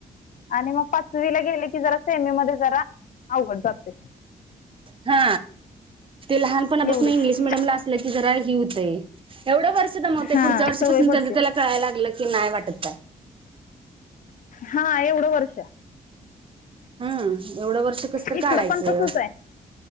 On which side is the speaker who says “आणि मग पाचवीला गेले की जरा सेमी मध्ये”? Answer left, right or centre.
Left